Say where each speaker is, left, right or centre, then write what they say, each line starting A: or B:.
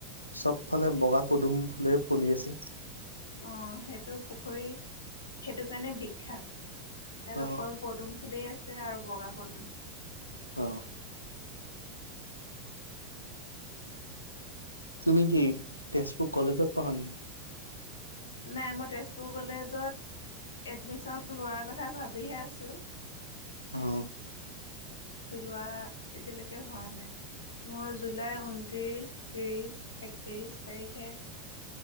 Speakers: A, on the left (about 90°); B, on the left (about 70°).
A: চ'ব ফালে বগা পদুম ফুলে ফলি আছে।
B: অ' সেইটো পুখুৰী সেইটো কাৰণে বিখ্যাত। ইয়াত
A: অ
B: অকল পদুম ফুলেই আছে আৰু বগা পদুম ফুল।
A: অ' তুমি কি তেজপুৰ কলেজত পঢ়া নেকি?
B: নাই, মই তেজপুৰ কলেজত এডমিশ্যন লোৱাৰ কথা ভাবিহে আছোঁ।
A: অহ'
B: লোৱা এতিয়ালৈকে হোৱা নাই। মোৰ জুলাই, ঊনত্ৰিশ, ত্ৰিশ, একত্ৰিশ তাৰিখে